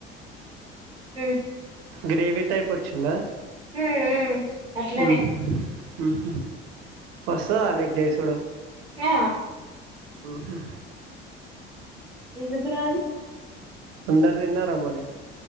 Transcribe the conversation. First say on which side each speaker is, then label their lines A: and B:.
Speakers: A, on the right (about 85°); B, on the right (about 50°).
A: ఉం
B: గ్రేవీ టైప్ వచ్చిందా
A: మ్మ్ అట్లనే
B: ఆ <unintelligible> వస్తదా నీకు చేసుడు
A: ఆ
B: హు హమ్
A: ఎందుకు రాదు
B: అందర తిన్నార మరి